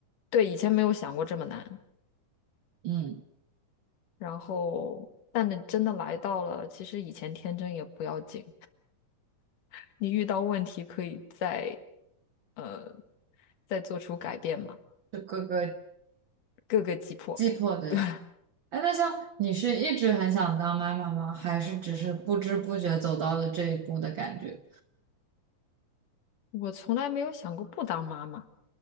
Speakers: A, on the left (about 75°); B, on the right (about 70°).
A: 对，以前没有想过这么难。
B: 嗯。
A: 然后，但你真的来到了，其实以前天真也不要紧，<laughs> 你遇到问题可以再呃再做出改变嘛，
B: 就各个
A: 各个击破。
B: 击破的哎，
A: 对，
B: 哎那像你是一直很想当妈妈吗？还是只是不知不觉走到了这一步的感觉？
A: <laughs> 我从来没有想过不当妈妈，